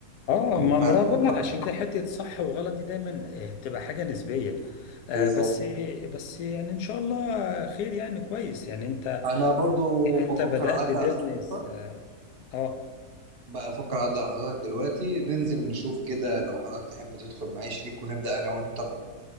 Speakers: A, on the left; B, on the right.
A: اه ما
B: ف-
A: ما انا بقول لك عشان كده حته صح وغلط دي دايما آه، بتبقى حاجه نسبيه آه،
B: بالظبط
A: بس بس يعني ان شاء الله خير يعني كويس يعني انت
B: انا برضو
A: انت
B: بفكر
A: بدات
B: اعدي
A: بيزنس
B: على حضرتك
A: اه آه،
B: بقى افكر اعدي على حضرتك دلوقتي ننزل نشوف كده لو حضرتك تحب تدخل معايا شريك ونبدا انا وانت في ال-